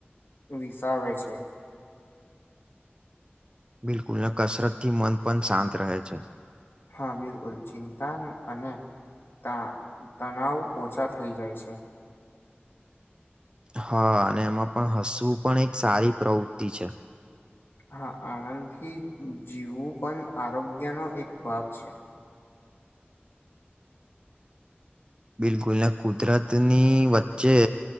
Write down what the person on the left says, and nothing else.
વિસાવે છે.
હા બિલકુલ ચિંતા અને તા તણાવ ઓછા થઈ જાય છે.
હા આનંદથી જીવવું પણ આરોગ્યનો એક ભાગ છે.